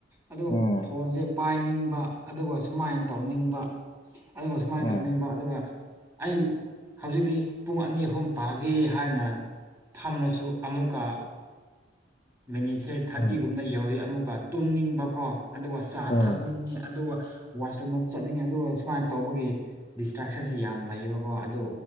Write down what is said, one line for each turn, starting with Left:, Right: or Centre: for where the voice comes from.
Right: ꯑꯗꯨꯒ
Left: ꯎꯝ
Right: ꯐꯣꯟꯁꯦ ꯄꯥꯏꯅꯤꯡꯕ ꯑꯗꯨꯒ ꯁꯨꯃꯥꯏ ꯇꯧꯅꯤꯡꯕ ꯑꯗꯨꯒ ꯁꯨꯃꯥꯏꯅ
Left: ꯎꯝ
Right: ꯇꯧꯅꯤꯡꯕ ꯑꯗꯨꯒ ꯑꯩ ꯍꯧꯖꯤꯛꯇꯤ ꯄꯨꯡ ꯑꯅꯤ ꯑꯍꯨꯝ ꯄꯥꯒꯦ ꯍꯥꯏꯅ ꯐꯝꯔꯁꯨ ꯑꯃꯨꯛꯀ ꯃꯤꯅꯤꯠꯁꯦ ꯊꯥꯔꯇꯤꯒꯨꯝꯅ
Left: ꯎꯝ
Right: ꯌꯧꯔꯤ ꯑꯃꯨꯛꯀ ꯇꯨꯝꯅꯤꯡꯕꯀꯣ ꯑꯗꯨꯒ ꯆꯥ
Left: ꯎꯝ
Right: ꯊꯛꯅꯤꯡꯉꯦ ꯑꯗꯨꯒ ꯋꯥꯁꯔꯨꯝꯗ ꯆꯠꯅꯤꯡꯉꯦ ꯑꯗꯨꯒ ꯁꯨꯃꯥꯏꯅ ꯇꯧꯕꯒꯤ ꯗꯤꯁꯇ꯭ꯔꯦꯛꯁꯟꯁꯦ ꯌꯥꯝ ꯂꯩꯌꯦꯕꯀꯣ ꯑꯗꯨ